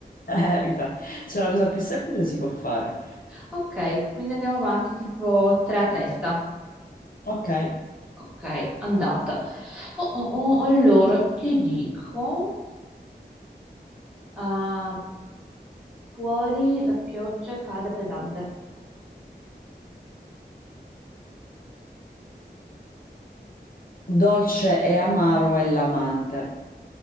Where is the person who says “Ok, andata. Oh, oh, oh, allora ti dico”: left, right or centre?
Centre